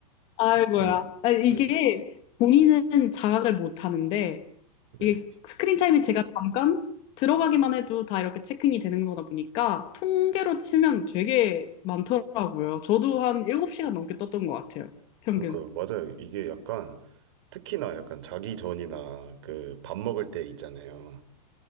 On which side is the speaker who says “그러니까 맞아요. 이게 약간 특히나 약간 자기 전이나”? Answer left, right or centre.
Right